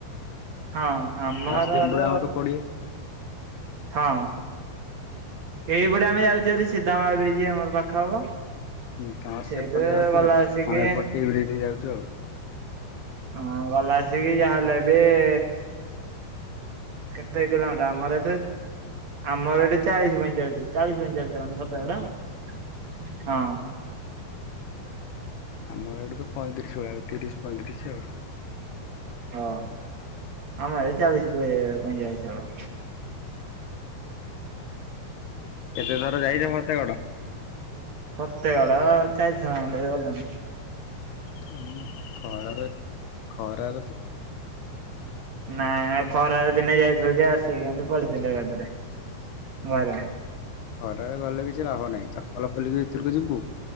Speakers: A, on the right (about 50°); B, on the left (about 75°).
A: ହଁ ଆମ
B: ନରସିଂହପୁର
A: ଘର ଆଡୁ
B: ଆମଠୁ କୋଡିଏ।
A: ହଁ। ଏଇପଟେ ଆମେ ଯାଉଛେ ଭାରି ସିଧାମା ବ୍ରିଜ ଆମର ପାଖ ହବ।
B: ହୁଁ ତମର
A: ସେଇଠୁ
B: ସେପଟେ ଯାଉଛ
A: ଗଲା
B: ଆଉ
A: ଆସିକି
B: ତ ଏପଟେ ଟିଇରି ଦେଇ ଯାଉଛୁ ଆଉ।
A: ହଁ ଭଲ ଆସିକି ଯାହେଲେ ବି ଏ। କେତେ କିଲୋମିଟର ଆମର ଏଠୁ ଆମ ଏଠୁ ଚାଳିଶ ପଇଁଚାଳିଶ। ଚାଳିଶ ପଈଚଳିଶି ମିନିଟ ଆସିବନି ସତ ଗଡ଼? ହଁ।
B: ଆମର ଏଇଠି ତ ପଇଁତିରିଶ ଭଳିଆ ତିରିଶ ପଇଁତିରିଶ ଆଉ।
A: ହଁ ଆମ ଏ ଚାଳିଶ ପଇଁଚାଳିଶ ହେବ।
B: କେତେ ଥର ଯାଇଛ ଫତେ ଗଡ଼?
A: ଫତେ ଗଡ଼ ଯାଇଥାନ୍ତ ଗଲଣି।
B: ହୁଁ ଖରାରେ ଖରା
A: ନାଇଁ ଖରା ଦିନେ ଯାଇଥିଲୁ ଯେ ଆସି ଏମତି ପଡ଼ିଥିଲେ ଗଦି ରେ ଘରେ।
B: ଖରାରେ ଗଲେ କିଛି ଲାଭ ନାହିଁ ଚପଲ ଖୋଲିକି ଭିତରକୁ ଯିବୁ